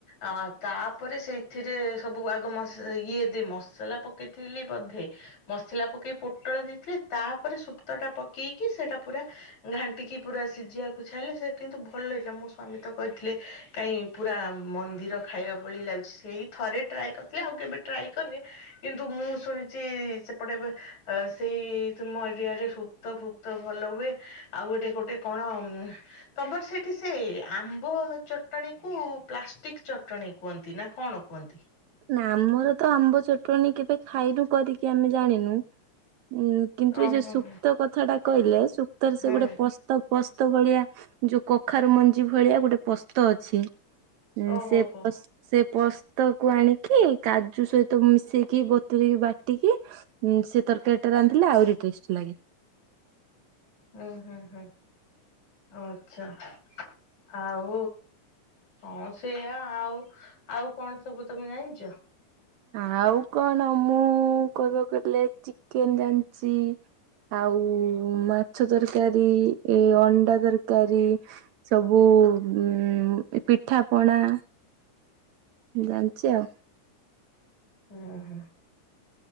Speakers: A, on the left (about 65°); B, on the right (about 75°).
A: ଅ ତାପରେ ସେଇଥିରେ ସବୁ ଆଗ ମ ଇଏ ଦେ ମସଲା ପକେଇଥିଲି ବଧେ ମସଲା ପକେଇକ ପୋଟଳ ଦେଇଥିଲେ ତାପରେ ସୁପ୍ତ ଟା ପକେଇକି ସେଇଟା ପୁରା ଘାଣ୍ଟିକି ପୁରା ସିଝିବାକୁ ଛାଇଁଲେ ସେ କିନ୍ତୁ ଭଲ ଲାଗିଲା ମୋ ସ୍ଵାମୀ ତ କହିଥିଲେ କାଇହିଁ ପୁରା ମନ୍ଦିର ଖାଇବା ଭଳି ଲାଗୁଛି ସେଇ ଥରେ ଟ୍ରାଏ କରିଥିଲେ ଆଉ କେବେ ଟ୍ରାଏ କରିନି କିନ୍ତୁ ମୁଁ ଶୁଣିଛି ସେପଟେ ଏବେ ସେଇ ତୁମ ଏରିଆରେ ଫୁପ୍ତ ଫୁପ୍ତ ଭଲ ହୁଏ ଆଉ ଗୋଟେ ଗୋଟେ କଣ? ତମର ସେଇଠି ସେ ଆମ୍ବ ଚ ଚଟଣୀ କୁ ପ୍ଲାଷ୍ଟିକ ଚଟଣି କୁହନ୍ତି ନା କଣ କୁହନ୍ତି?
B: ନା ଆମର ତ ଆମ୍ବ ଚଟଣୀ କେବେ ଖାଇନୁ କରିକି ଆମେ ଜାଣିନୁ ଉ କିନ୍ତୁ
A: ଓହୋ
B: ଏ ଯୋଉ ସୁକ୍ତ
A: ହୋ
B: କଥା ଟା କହିଲେ ସୁକ୍ତରେ ସେ
A: ହଁ।
B: ଗୋଟେ ପସ୍ତ ପସ୍ତ ଭଳିଆ ଯୋଉ କଖାରୁ ମଞ୍ଜି ଭଳିଆ ଗୋଟେ ପସ୍ତ ଅଛି
A: ଓହୋ
B: ସେ
A: ହୋ
B: ସେ ପସ୍ତକୁ ଆଣିକି କାଜୁ ସହିତ ମିଶେଇକି ବତୁରେଇକି ବାଟିକି ଉଁ ସେ ତରକାରୀ ଟା ରାନ୍ଧିଲ ଆହୁରି ଟେଷ୍ଟ ଲାଗେ।
A: ହୁଁ ହୁଁ ହୁଁ ଆଚ୍ଛା। ଆଉ କଣ ସେଇଆା ଆଉ ଆଉ କଣ ସବୁ ତମେ ଜାଣିଛ?
B: ଆଉ କଣ ମୁଁ କହିବାକୁ ଗଲେ ଚିକେନ ଜାଣିଛି ଆଉ ମାଛ ତରକାରୀ ଏ ଅଣ୍ଡା ତରକାର ତରକାରୀ ସବୁ ଉ ପିଠା ପଣା ଜାଣିଛି ଆଉ
A: ହୁଁ ହୁଁ।